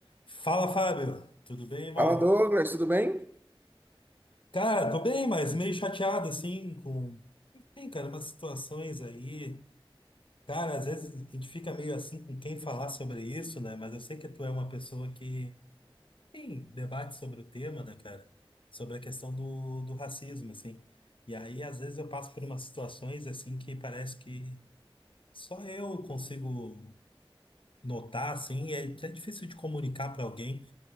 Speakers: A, on the left (about 65°); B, on the right (about 20°).
A: Fala, Fábio. Tudo bem, irmão?
B: Fala Douglas, tudo bem?
A: Cara, tô bem, mas meio chateado, assim, com... Enfim, cara, umas situações aí. Cara, às vezes a gente fica meio assim com quem falar sobre isso, né? Mas eu sei que tu é uma pessoa que, enfim, debate sobre o tema, né, cara? Sobre a questão do, do racismo, assim. E aí, às vezes, eu passo por umas situações, assim, que parece que só eu consigo notar, assim, e é é difícil de comunicar pra alguém.